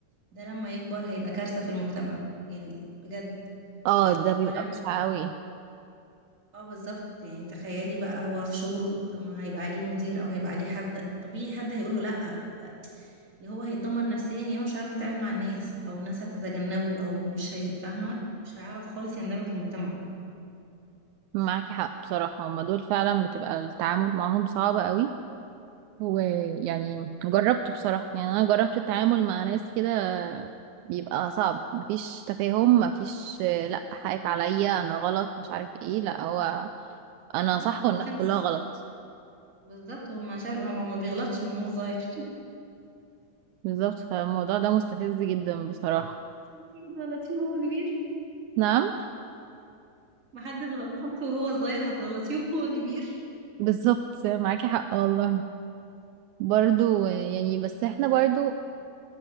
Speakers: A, on the right (about 25°); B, on the right (about 80°).
A: ده لما يكبر هيبقى كارثة في المجتمع يعني بجد
B: اه ده
A: أولا
B: بيبقى بشع قوي
A: اه بالظبط يعني تخيلي بقى هو في شغله طب ما هيبقى عليه مدير او هيبقى عليه حد طبيعي حد هيقول له لا ف يا هو هيتدمر نفسيا يا اما مش هيعرف يتعامل مع الناس او الناس هتتجنبه او مش هي فاهمه مش هيعرف خالص يندمج في المجتمع
B: معاكي حق بصراحة هما دول فعلا بتبقى التعامل معاهم صعب قوي ويعني جربت بصراحة يعني أنا جربت التعامل مع ناس كده بيبقى صعب مفيش تفاهم مفيش آه، لأ حقك عليا أنا غلط مش عارف ايه لأ هو أنا
A: لا
B: صح
A: هو
B: والناس
A: برنس
B: كلها غلط
A: بالظبط هو ما شاف هو ما بيغلطش من هو صغير <laughs>
B: بالظبط فالموضوع ده مستفز جدا بصراحة
A: انتي بتغلطيه وهو كبير
B: نعم
A: ما حد بيغلط وهو صغير هتغلطيه وهو كبير
B: بالظبط معاكي حق والله برضو آه، يعني بس احنا برضو